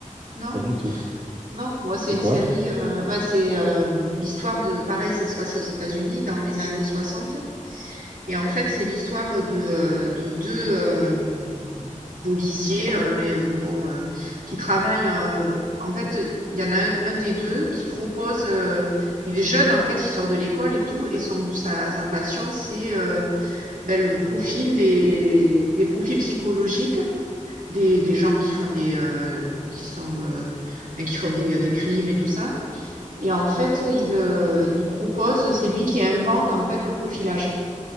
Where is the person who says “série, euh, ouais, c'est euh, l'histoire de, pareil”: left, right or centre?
Right